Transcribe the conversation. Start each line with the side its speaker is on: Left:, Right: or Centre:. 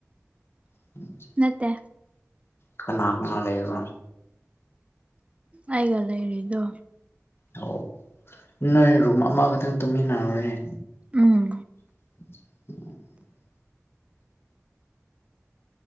Left: <inaudible>
Right: ꯅꯠꯇꯦ
Left: ꯀꯅꯥ - ꯀꯅꯥ ꯂꯩꯕ꯭ꯔꯣ?
Right: ꯑꯩꯒ ꯂꯩꯔꯤꯗꯣ
Left: ꯑꯣ ꯅꯣꯏ ꯔꯨꯝ ꯑꯃꯈꯛꯇꯪ ꯇꯨꯝꯃꯤꯟꯅꯔꯦꯅꯦ
Right: ꯎꯝ
Left: <unintelligible>